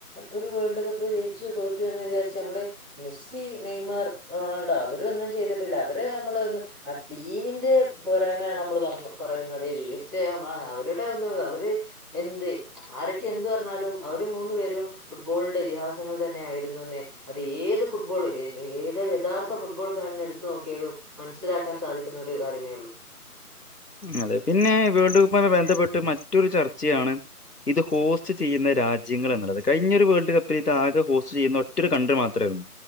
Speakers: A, in the centre; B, on the left.
A: ഒരു വേൾഡ് കപ്പ് ജയിച്ചു തോറ്റു എന്ന് വിചാരിച്ച് നമ്മള് മെസ്സി നെയ്മർ റൊണാൾഡോ അവരൊന്നും ചെയ്തിട്ടില്ല അവര് നമ്മള് ആ ടീമിന്റെ പോരായ്മയാണ് നമ്മൾ പറ പറയുന്നത് തീർച്ചയായും അവരുടെ ഒന്ന് അവര് എന്ത് ആരൊക്കെ എന്ത് പറഞ്ഞാലും അവര് മൂന്നു പേരും ഫുട്ബോളിന്റെ ഇതിഹാസങ്ങൾ തന്നെ ആയിരുന്നു ന്നെ അത് ഏത് ഫുട്ബോൾ ഏത് യഥാർത്ഥ ഫുട്..... <unintelligible> എടുത്തു നോക്കിയാലും മനസ്സിലാക്കാൻ സാധിക്കുന്ന ഒരു കാര്യമേള്ളൂ-
B: അതെ പിന്നെ വേൾഡ് കപ്പുമായി ബന്ധപ്പെട്ട് മറ്റൊരു ചർച്ചയാണ് ഇത് ഹോസ്റ്റ് ചെയ്യുന്ന രാജ്യങ്ങൾ എന്നുള്ളത് കഴിഞ്ഞൊരു വേൾഡ് കപ്പിൽ ഇത് ആകെ ഹോസ്റ്റ് ചെയ്യുന്ന ഒറ്റൊരു കൺടി മാത്രമാ